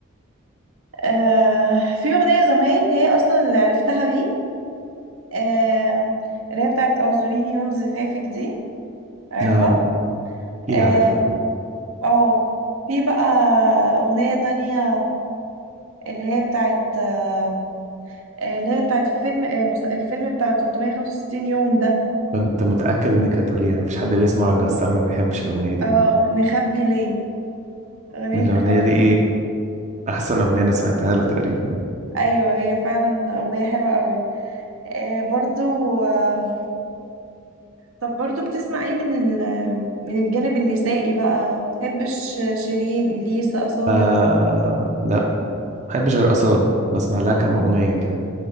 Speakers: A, on the right; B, on the right.
A: آه في اغنية زمان هي اصلا اللي عرفتها بيه آه اللي هي بتاعت اعذريني يوم زفافك دي عارفها
B: اه اكيد
A: اه
B: عارف
A: آه. في بقى اغنية تانية اللي هي بتاعت آه، آه، اللي هي بتاعت فيلم آه، مس- الفيلم بتاع 365 يوم ده
B: كنت متاكد انك هتقوليها مفيش حد بيسمع وائل جسار ما بيحبش الاغنيه دي
A: اه
B: يعني
A: نخبي ليه أغنية
B: الاغنيه
A: نخبي
B: دي
A: ليه
B: احسن اغنيه انا سمعتها له تقريبا
A: أيوة هي فعلا أغنية حلوة قوي آه برضو آه طب برضو بتسمع ايه من ال من الجانب النسائي بقى متحبش شيرين ليسا أصالة
B: آه
A: الناس-
B: لا ما بحبش غير اصاله بسمع لها كام اغنيه كده